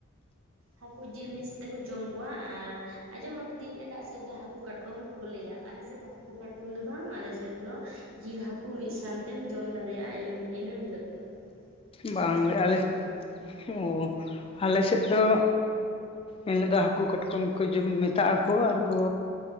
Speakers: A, on the right; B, on the left.
A: ᱦᱟᱹᱠᱩ ᱡᱤᱞ ᱢᱤᱫ ᱥᱟᱛᱮᱜ ᱠᱚ ᱡᱚᱢ ᱠᱚᱣᱟ ᱟᱨ ᱟᱸᱡᱚᱢ ᱟᱠᱟᱫᱤᱧ ᱮᱴᱟᱜ ᱥᱮᱫ ᱫᱚ ᱦᱟᱹᱠᱩ ᱠᱟᱴᱠᱚᱢ᱾ ᱠᱚ ᱞᱟᱹᱭᱟ ᱟᱞᱮ ᱥᱮᱫ ᱫᱚ ᱦᱟᱹᱠᱩ ᱠᱟᱴᱠᱚᱢ ᱫᱚ ᱵᱟᱝ ᱟᱞᱮ ᱥᱮᱫ ᱫᱚ ᱡᱤᱞ ᱦᱟᱹᱠᱩ ᱢᱤᱫ ᱥᱟᱶᱛᱮᱢ ᱡᱚᱢ ᱫᱟᱲᱮᱭᱟᱜᱼᱟᱹ ᱤᱱᱟᱹ ᱦᱤᱞᱟᱳᱜ ᱫᱚ᱾
B: ᱵᱟᱝᱜᱮ
A: ᱥᱤᱧ ᱥᱟᱠᱨᱟᱛ
B: ᱟᱞᱮ
A: ᱟᱹᱭᱩᱵ ᱫᱚ
B: ᱚ ᱟᱞᱮ ᱥᱮᱫ ᱫᱚ ᱮᱱᱦᱤᱞᱳᱜ ᱫᱚ ᱦᱟᱹᱠᱩ ᱠᱟᱴᱠᱚᱢ ᱠᱚ ᱡᱚᱢ ᱢᱮᱛᱟᱜ ᱟᱠᱚ ᱟᱨᱠᱚ